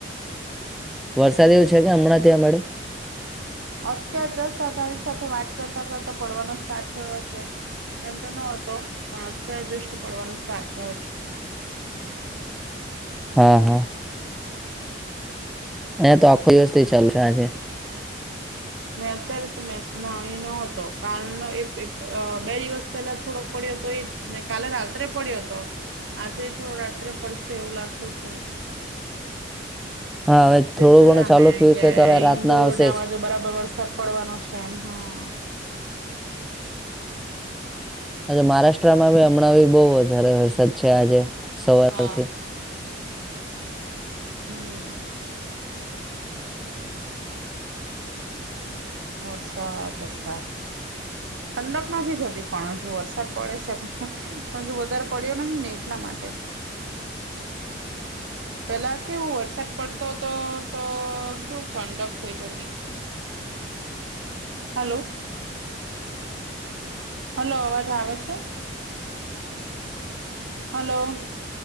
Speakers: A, in the centre; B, on the right (about 80°).
A: વરસાદ એવું છે કે હમણાં ત્યાં મળડ્યું
B: અત્યાર જસ્ધારી સાથે વાત કરતા કરતા પડવાનો સ્ટાર્ટ થયો છે. એમ તો ન હતો પણ અત્યારે જષ પડવાનો સ્ટાર્ટ થયો છે.
A: હા હા હ તો આખો દિવસથી ચાલુ છે આજે
B: મે અત્યારે મે ન હતો કાલનો બે દિવસ પહેલા થોડોક પડ્યો હતો એ ને કાલે રાત્રે પડ્યો હતો આજે થોડો રાત્રે પડશે એવું લાગતું છે.
A: હા હવે
B: મેસેજ
A: થોડું
B: જોયા
A: ઘણું ચાલુ
B: અ મેમે
A: થયું
B: કે
A: છે તો હવે રાતના
B: ઇન્દોર
A: આવશે
B: ને અવાજો
A: જ
B: બરાબર વરસાપ. પડવાનો છે એમ હા.
A: મહારાષ્ટ્રમાં ભ હમણાં બહ વધારે વરસાદ છે આજે સવારથી.
B: હા હમ. વરસાત વરસાત. ઠંડક નથી થતી પણ હ જો વરસાદ પડે છે પણ. પણ વધારે પડ્યો ન ને એટલા માટે. પેલા કેવો વરસાદ પડતો હતો તો કેવું ઠંડક થઈ જતી. હલો. હલો અવાજ આવે છે. હલો.